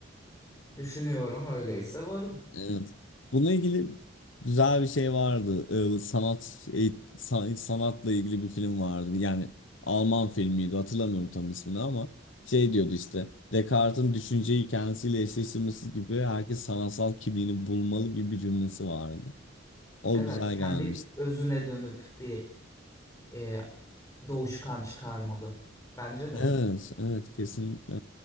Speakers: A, on the left; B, on the left.
A: Düşünüyorum öyleyse varım.
B: Evet. Bununla ilgili güzel bir şey vardı. Ee, sanat eğit- san- sanatla ilgili bir film vardı. Yani Alman filmiydi. Hatırlamıyorum tam ismini ama şey diyordu işte. Descartes'in düşünceyi kendisiyle eşleştirmesi gibi herkes sanatsal kimliğini bulmalı gibi bir cümlesi vardı. O
A: Evet,
B: güzel
A: kendi
B: gelmişti.
A: özüne dönüp bir e, doğuşkan çıkarmalı. Bence de.
B: Evet, evet kesinlikle.